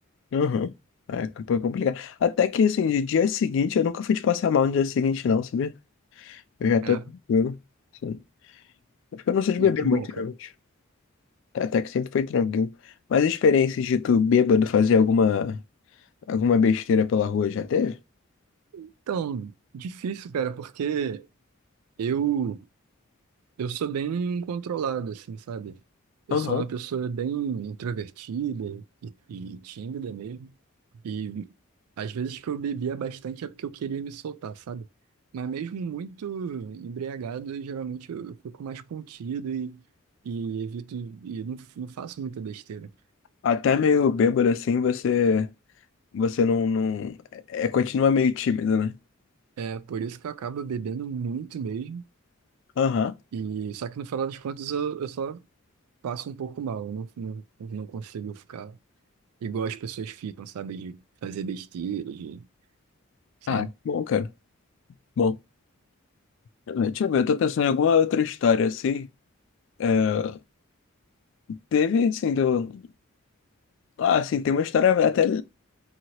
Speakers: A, on the left; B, on the right.
A: aham. É, foi complicado. Até que, assim, de dia seguinte, eu nunca fui de passar mal no dia seguinte, não, sabia? Eu já tô
B: É,
A: tranquilo. Sim. É porque eu não sou de beber
B: é que
A: muito,
B: bom,
A: realmente.
B: cara.
A: Até que sempre foi tranquilo. Mas experiências de tu bêbado fazer alguma. Alguma besteira pela rua já teve?
B: Então, difícil, cara, porque eu Eu sou bem controlado, assim, sabe? Eu
A: Aham.
B: sou uma pessoa bem introvertida e, e tímida mesmo. E às vezes que eu bebia bastante é porque eu queria me soltar, sabe? Mas mesmo muito embriagado, eu, geralmente eu, eu fico mais contido e, e evito e não, não faço muita besteira.
A: Até meio bêbado assim, você você não, não é é, continua meio tímido, né?
B: É por isso que eu acabo bebendo muito mesmo.
A: Aham.
B: E só que no final das contas eu, eu só passo um pouco mal, eu não, não, não consigo ficar Igual as pessoas ficam, sabe? De fazer besteira, de, sabe?
A: Ah, bom, cara. Bom. Deixa eu ver, eu tô pensando em alguma outra história assim. É, Teve, assim, do... Ah, assim, tem uma história até <laughs>